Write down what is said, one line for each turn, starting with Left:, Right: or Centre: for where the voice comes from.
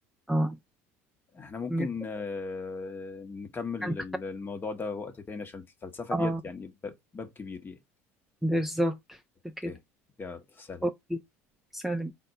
Centre: اه
Left: احنا ممكن
Centre: إنك
Left: آه، نكمل
Centre: تكون-
Left: ال- الموضوع ده وقت تاني عشان الفلسفة
Centre: اه
Left: ديت يعني باب باب كبير يعني
Centre: بالظبط
Left: اوكي
Centre: كده
Left: يلا سلام
Centre: اوكي سلام